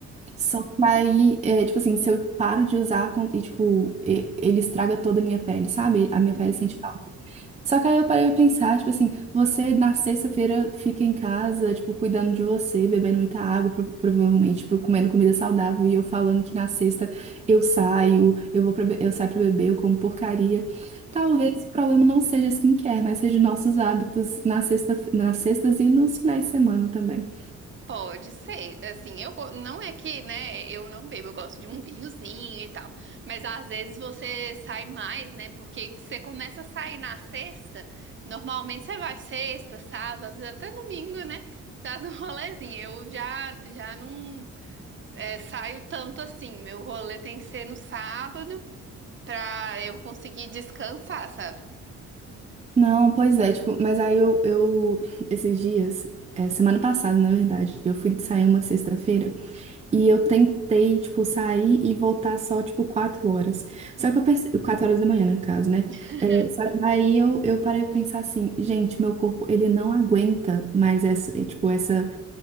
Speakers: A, on the right; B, on the right.
A: Só que aí, é, tipo assim, se eu paro de usar, com- e, tipo, e- ele estraga toda a minha pele, sabe? A minha
B: Uhum.
A: pele sente falta. Só que aí eu parei pra pensar, tipo assim, você na sexta-feira fica em casa, tipo, cuidando de você, bebendo muita água, pro- provavelmente, tipo, comendo comida saudável, e eu falando que na sexta eu saio, eu vou pra, be- eu saio pra beber, eu como porcaria. Talvez o problema não seja skincare, mas seja nossos hábitos na sexta, nas sextas e nos finais de semana também.
B: Pode ser, assim, eu go- não é que, né, eu não bebo, eu gosto de um vinhozinho e tal, mas às vezes você sai mais, né, porque você começa a sair na sexta, normalmente você vai sexta, sábado, às vezes até domingo, né, faz um <laughs> rolezinho, eu já, já não é, saio tanto assim, meu rolê tem que ser no sábado pra eu conseguir descansar, sabe?
A: Não, pois é, tipo, mas aí eu, eu esses dias, é, semana passada, na verdade, eu fui sair uma sexta-feira. E eu tentei, tipo, sair e voltar só, tipo, quatro horas. Só
B: Uhum.
A: que eu percebi... Quatro horas da manhã, né, no caso, né?
B: <laughs>
A: É, só que aí eu, eu parei pra pensar assim, gente, meu corpo, ele não aguenta mais essa, eh, tipo, essa,